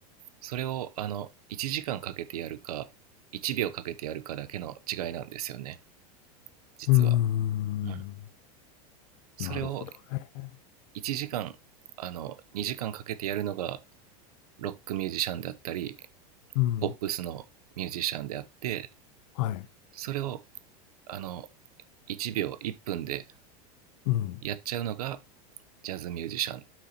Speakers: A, on the right; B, on the left.
A: それをあの1時間かんかけてやるか1秒かけてやるかだけの違いなんですよね実は、
B: うーん。
A: うん、それを
B: なるほどね。
A: 1時間あの2時間かけてやるのがロックミュージシャンであったり
B: うん。
A: ポップスのミュージシャンであって
B: はい。
A: それをあの1秒1分で
B: うん。
A: やっちゃうのがジャズミュージシャンっ